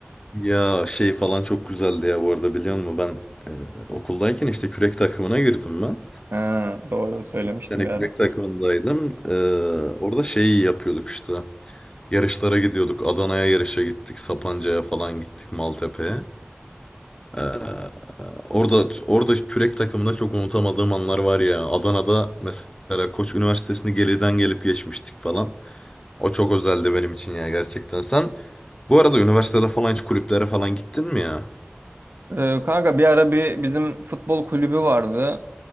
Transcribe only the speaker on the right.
Ha, doğru söylemiştim
bir
ara.
Ee, kanka bir ara bir bizim futbol kulübü vardı.